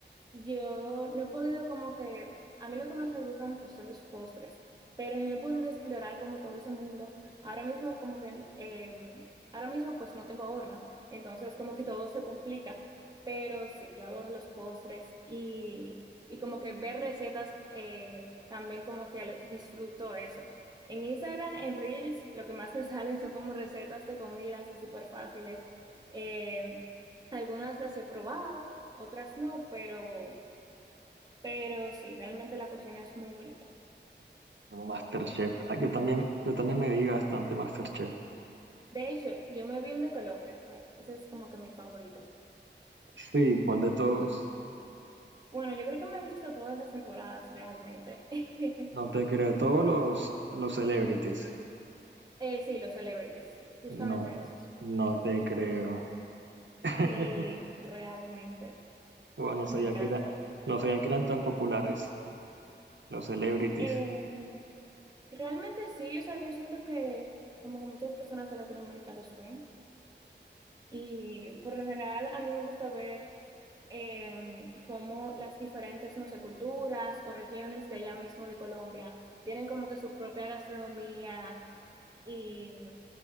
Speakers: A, on the right (about 20°); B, on the right (about 80°).
A: Yo no he podido como que, a mí lo que más me gustan pues son los postres, pero no he podido explorar como todo ese mundo. Ahora mismo como que, eh, ahora mismo pues no tengo horno, entonces como que todo se complica, pero sí, yo adoro los postres y, y como que ver recetas eh, también como que lo- disfruto eso. En Instagram, en Reels, lo que más me <laughs> salen son como recetas de comidas y súper fáciles. Eh, algunas las he probado otras no, pero, pero sí, realmente la cocina es muy bonita.
B: Bueno, MasterChef, ah, yo también, yo también me vi bastante MasterChef.
A: De hecho, yo me vi el de Colombia, fue. Ese es como que mi favorito.
B: Sí, ¿cuál de todos?
A: Bueno, yo creo que me he visto todas las temporadas realmente. <laughs>
B: No te creo, todos los, los celebrities.
A: Eh, sí, los celebrities, justamente
B: No,
A: esos.
B: no te creo. <laughs>
A: Sí, realmente,
B: Bueno, no sabía
A: me encanta.
B: que era, no sabía que eran tan populares los celebrities.
A: Eh, realmente sí, o sea, yo siento que como que muchas personas de Latinoamérica los ven. Y por lo general a mí me gusta ver em, cómo las diferentes, no sé, culturas o regiones de allá mismo de Colombia tienen como que su propia gastronomía y,